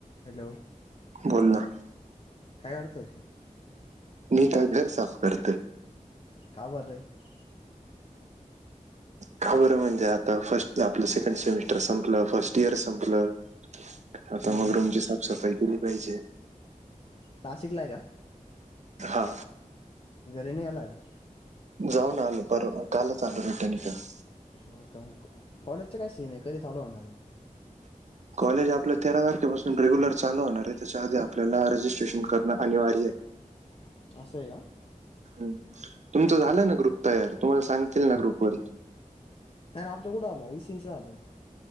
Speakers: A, on the left; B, on the right.
A: Hello.
B: बोल ना.
A: काय करतोय?
B: नता घर साफ कर
A: कार र <unintelligible>
B: का बरं म्हणजे आता फर्ट आपलं सेकंड सेमिस्टर संपलं फर्स्ट इयर संपलं
A: हम्म
B: आता मग रूमची साफ सफाई केली पाहिजे.
A: नाशिकला या.
B: हा.
A: घरी नाही अला का.
B: जाऊन आलो पर कालच आलो रिटर्न इकडं.
A: हा का कॉलेजच्या काय सीन आहे कधी चालू होणार ये.
B: कॉलेज आपलं तेरा तारखेपासून रेग्युलर चालू होणार आहे त्याच्या आधी आपल्याला रजिस्ट्रेशन करणं अनिवार्य आहे.
A: <inaudible> अस आहे का?
B: आहे तुमचं झालंय ना ग्रुप तयार तुम्हाला सांगतील ना ग्रुप वरती <inaudible>
A: तर आमचा कुठं आलाय इ स आलय ना.